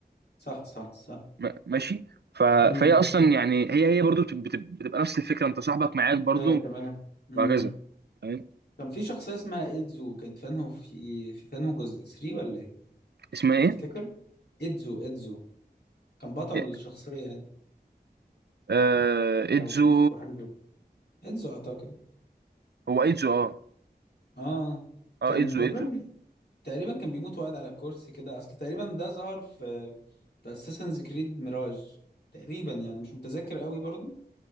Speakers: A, on the left; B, on the right.
A: صح صح صح
B: م- ماشي ف...
A: امم
B: فهي اصلا يعني هي هي برضو بت... بت... بتبقى نفس الفكره انت صاحبك معاك برضو
A: ايه تمام امم
B: وهكذا تمام
A: كان في شخصية اسمها إيدزو كانت فانه في في فانه جزء 3 ولا ايه
B: اسمها ايه؟
A: تفتكر إيدزو إيدزو كان بطل
B: إيه؟
A: الشخصية يعني
B: آه... ايدزو
A: او إيدزو حاجة زي كده. إيدزو اعتقد
B: هو ايدزو اه
A: اه
B: اه
A: كان
B: ايدزو
A: تقريبا
B: ايدزو
A: تقريبا كان بيموت وقاعد على الكرسي كده اصل تقريبا ده ظهر في في اساسنز كريد ميراج تقريبا يعني مش متذكر قوي برضو